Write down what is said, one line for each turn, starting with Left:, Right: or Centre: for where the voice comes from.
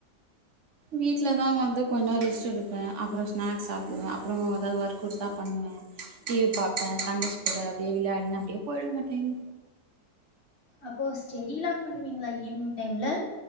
Right: வீட்ல தா வந்து கொஞ்ச நேரோ ரெஸ்ட் எடுப்பே அப்புறோ ஸ்நாக்ஸ் சாப்டுவே அப்புறோ எதாவ்து வொர்க் குடுத்தா பண்ணுவே டிவி பாப்பே தங்கச்சி கூட அப்டியே விளையாடுனே அப்டியே போயிடுங்க டைம்
Left: அப்போ ஸ்டெடிலா பண்ணுவீங்களா ஈவினிங் டைம்ல